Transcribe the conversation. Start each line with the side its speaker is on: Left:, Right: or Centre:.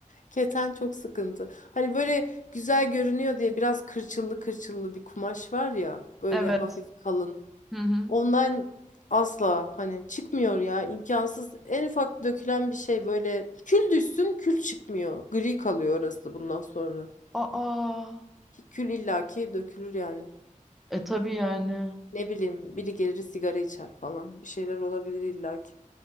Left: Keten çok sıkıntı. Hani böyle güzel görünüyor diye biraz kırçıllı kırçıllı bir kumaş var ya. Böyle
Centre: Evet.
Left: hafif kalın.
Centre: Hı hı.
Left: Ondan asla hani çıkmıyor ya. imkansız. En ufak dökülen bir şey böyle kül düşsün kül çıkmıyor. Gri kalıyor orası bundan sonra.
Centre: Aa.
Left: Ki Kül illaki dökülür yani.
Centre: E tabii yani.
Left: Ne bileyim biri gelir sigara içer falan. Bir şeyler olabilir illaki.